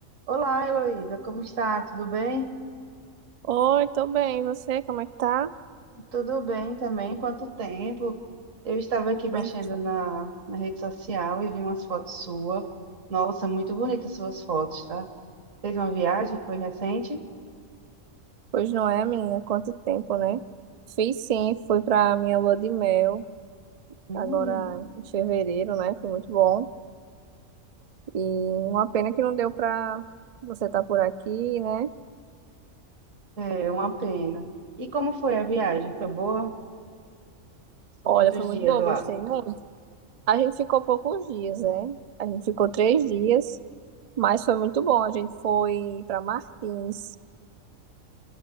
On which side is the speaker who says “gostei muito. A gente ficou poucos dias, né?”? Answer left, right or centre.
Right